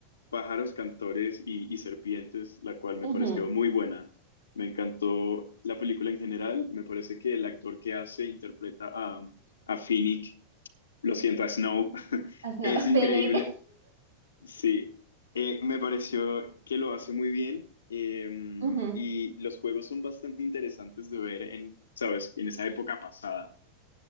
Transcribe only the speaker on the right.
ujú.
As- no,
<laughs>
Finnick.
ujú.